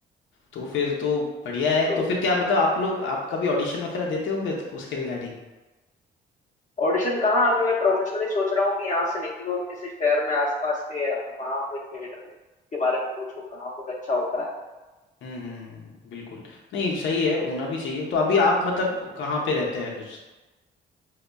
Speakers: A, on the left; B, on the left.
A: तो फिर तो बढ़िया है
B: तो
A: तो फिर क्या मतलब आप लोग आप कभी ऑडिशन वगैरह देते हो फिर उसके रिगार्डिंग
B: ऑडिशन कहाँ अभी मैं प्रोफेशनली सोच रहा हूँ कि यहाँ से निकलूँ और किसी शहर में आसपास के या फिर वहाँ कोई थिएटर के बारे में पूछूँ कहाँ कुछ अच्छा होता है
A: हम्म हम्म, बिल्कुल नहीं सही है होना भी चाहिए तो अभी आप मतलब कहाँ पे रहते हैं फिर